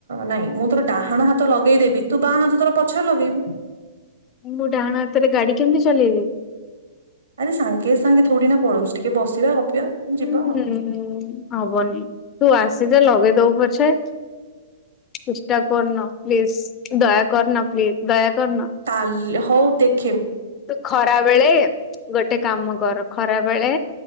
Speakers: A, on the right (about 70°); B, on the left (about 25°).
A: ନାଇଁ ମୁଁ ତୋର ଡାହାଣ ହାତ ଲଗେଇଦେବି ତୁ ବାଁ ହାତ ତୋର ପ ପଛ ଲଗେଇବୁ।
B: ମୁଁ ଡାହାଣ ହାତରେ ଗାଡି କେମିତି ଚଲେଇବି।
A: ଆରେ ସାଙ୍ଗେ ସାଙ୍ଗେ ଥୋଡିିନା ପଳଉଛି ଟିକେ ବସିବା। ଗପିବା ଯିବା
B: ହୁଁ
A: ଆଉ।
B: ହବନି ତୁ ଆସେ ଯୋ ଲଗେଇ। ଦଉ ପଛେ <inaudible> ଚେଷ୍ଟା କରନ ପ୍ଲିଜ ଦୟା କରନ ପ୍ଲିଜ ଦୟା କରନା।
A: ତାଲି ହଉ ଦେଖ।
B: ତୁ ଖରା ବେଳେ ଗୋଟେ କାମ କର ଖରା ବେଳେ